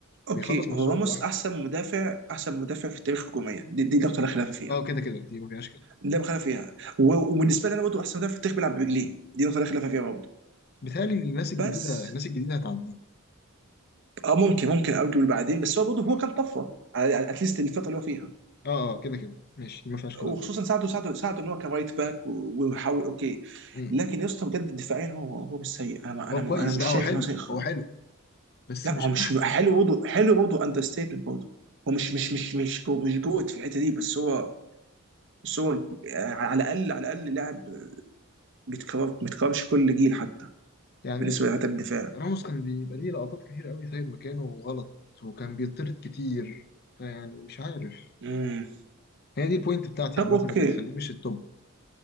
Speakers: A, on the right; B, on the left.
A: اوكي
B: بيخلص ماتشات
A: هو راموس
B: لوحده
A: احسن مدافع احسن مدافع في التاريخ هجوميا دي, دي نقطه لا خلاف فيها
B: اه كده كده دي ما فيهاش كلام
A: لا خلاف فيها و- وبالنسبه لي انا برضه احسن مدافع في التاريخ بيلعب برجليه دي نقطه لا خلاف فيها برضه
B: بيتهيألي الناس الجديده
A: بس
B: الناس الجديده هتعديه
A: اه ممكن ممكن ارجو بعدين بس هو برضه هو
B: اه
A: كان طفره اتليست الفتره اللي هو فيها
B: اه آه، كده كده ماشي دي ما فيهاش كلام
A: وخصوصا ساعده ساعده ساعده ان هو كان رايت باك و- ويحاول اوكي
B: برضه
A: لكن يا اسطى بجد دفاعيا هو هو مش سيء انا ما-
B: هو
A: انا ما-
B: كويس
A: انا مش
B: لا هو
A: شايف
B: حلو
A: ان هو سيء خالص
B: هو حلو بس
A: لا
B: مش
A: هو مش
B: احسن
A: حلو
B: سيد.
A: برضه حلو برضه اندر ستيتمنت برضه هو مش مش مش مش جو مش جوت في الحته دي بس هو بس هو على الاقل على الاقل لاعب بيتكرر بيتكررش كل جيل حتى
B: يعني
A: بالنسبه لحتى الدفاع
B: راموس كان بيبقى ليه لقطات كتير قوي سايب مكانه غلط وكان بيطرد كتير فيعني مش عارف
A: امم
B: هي دي البوينت بتاعتي
A: طب
B: عامة
A: اوكي
B: اللي تخليه مش التوب